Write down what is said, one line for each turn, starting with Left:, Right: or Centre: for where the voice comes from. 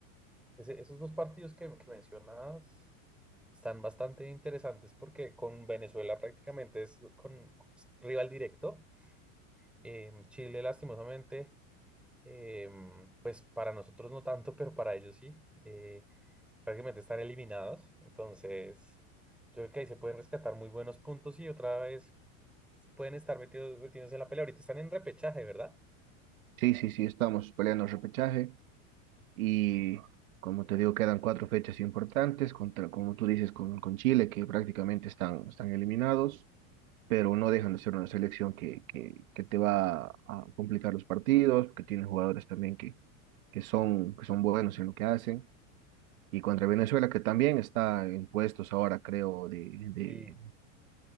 Centre: ese- esos dos partidos que, que mencionas están bastante interesantes porque con Venezuela prácticamente es con rival directo. Eh, Chile, lastimosamente, eh, pues para nosotros no tanto, pero para ellos sí. Eh, prácticamente están eliminados. Entonces, yo creo que ahí se pueden rescatar muy buenos puntos y otra vez pueden estar metidos, metiéndose en la pelea. Ahorita están en repechaje, ¿verdad?
Right: Sí, sí, sí, estamos peleando el repechaje. Y como te digo, quedan cuatro fechas importantes, contra, como tú dices, con, con Chile, que prácticamente están, están eliminados, pero no dejan de ser una selección que, que, que te va a complicar los partidos, que tiene jugadores también que, que son, que son buenos en lo que hacen. Y contra Venezuela, que también está en puestos ahora, creo, de, de,
Centre: Sí,